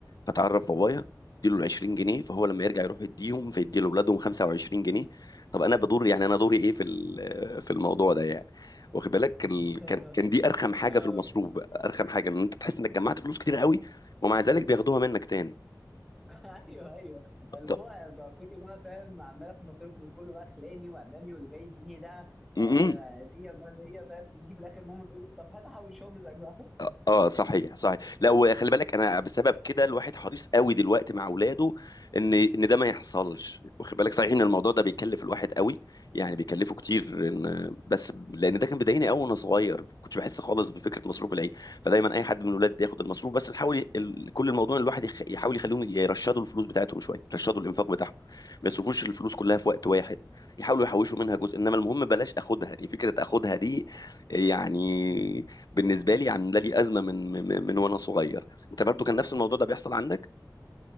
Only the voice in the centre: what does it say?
<laughs>
اه
<laughs> ايوه ايوه
اللي
هو بقى كله بقى فاهم عمال اخد مصروف من كله بقى خلاني وامامي واللي جاي يديني ده
آه،
هديه وده هديه فاهم نيجي في الاخر ماما تقولي طب هات احوشهم لك بقى